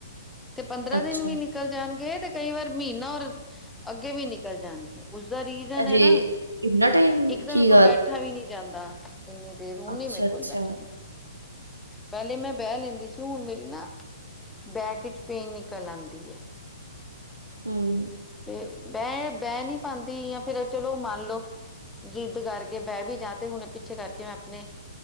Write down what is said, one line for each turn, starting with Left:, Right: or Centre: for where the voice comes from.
Centre: ਤੇ ਪੰਦਰਾਂ
Right: ਅੱਛਾ
Centre: ਦਿਨ ਵੀ ਨਿਕਲ ਜਾਣਗੇ ਤੇ ਕਈ ਵਾਰ ਮਹੀਨਾ ਔਰ ਅੱਗੇ ਵੀ ਨਿਕਲ ਜਾਣਗੇ। ਉਸਦਾ ਰੀਜ਼ਨ
Right: ਅਰੇ
Centre: ਐ ਨਾ
Right: ਇੰਨਾ ਟਾਈਮ
Centre: ਇੱਕ ਤਾਂ
Right: ਕੀ
Centre: ਮੇਰੇ ਕੋਲ
Right: ਗੱਲ
Centre: ਬੈਠੇ ਬੈਠਾ ਵੀ ਨਹੀਂ ਜਾਂਦਾ ਇੰਨੀ ਦੇਰ ਹੁਣ
Right: ਅੱਛਾ
Centre: ਨੀ ਮੇਰੇ
Right: ਅੱਛਾ
Centre: ਕੋਲੋ ਬੈਠਾ ਜਾਂਦਾ। ਪਹਿਲੇ ਮੈਂ ਬਹਿ ਲੈਂਦੀ ਸੀ ਹੁਣ ਮੇਰੀ ਨਾ ਬੈਕ 'ਚ ਪੇਨ ਨਿਕਲ ਆਦੀ ਐ।
Right: ਹਮ
Centre: ਤੇ ਮੈਂ ਬਹਿ ਨਹੀਂ ਪਾਦੀ ਜਾਂ ਫੇਰ ਚਲੋ ਮੰਨ ਲਓ। ਜਿੱਦ ਕਰਕੇ ਬਹਿ ਵੀ ਜਾ ਤੇ ਹੁਣੇ ਪਿੱਛੇ ਕਰਕੇ ਮੈਂ ਆਪਣੇ